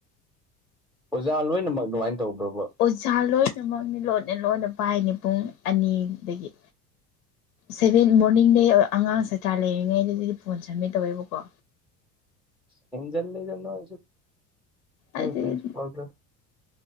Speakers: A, in the centre; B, on the left.
A: ꯑꯣꯖꯥ ꯂꯣꯏꯅꯃꯛ ꯑꯗꯨꯃꯥꯏꯅ ꯇꯧꯕ꯭ꯔꯣꯕ꯫
B: ꯑꯣꯖꯥ ꯂꯣꯏꯅꯃꯛꯅꯤ ꯂꯣꯟꯅ ꯂꯣꯟꯅ ꯄꯥꯏꯅꯤ ꯄꯨꯡ ꯑꯅꯤꯗꯒꯤ ꯁꯚꯦꯟ ꯃꯣꯔꯅꯤꯡꯗꯩ ꯑꯉꯥꯡ ꯆꯇ꯭ꯔꯥ ꯂꯩꯔꯤꯉꯩꯗ ꯑꯗꯨꯗꯤ ꯐꯣꯟ ꯆꯃꯦ ꯇꯧꯋꯦꯕꯀꯣ
A: ꯍꯦꯟꯖꯜ ꯂꯦꯗ ꯅꯣꯏꯁꯨ ꯅꯣꯏ
B: ꯑꯗꯨꯗꯤ
A: ꯄꯁꯤꯄꯜꯗ